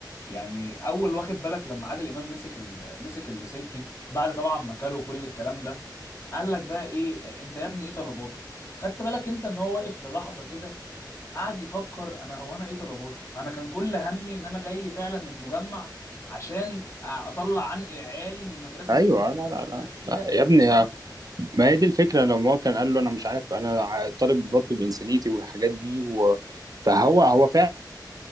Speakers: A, on the left (about 35°); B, on the right (about 55°).
A: يعني اول واخد بالك لما عادل امام مسك ال... مسك اللاسلكي بعد طبعا ما كلوا كل الكلام ده قال لك بقى ايه انت يا ابني ايه طلباتك خدت بالك انت ان هو واقف للحظه كده قعد يفكر انا هو انا ايه طلباتي انا كان كل همي ان انا جاي فعلا المجمع عشان اطلع عنق عيالي من مدرسه
B: ايوه
A: بعيده
B: لا لا
A: مدرسه بعيده
B: لا
A: لمدرسه
B: يا ابني يا-
A: قريبه
B: ما هي دي الفكره لو ما هو كان قال له انا مش عارف انا ع- طالب بطلب انسانيتي والحاجات دي و... فهو هو فعلا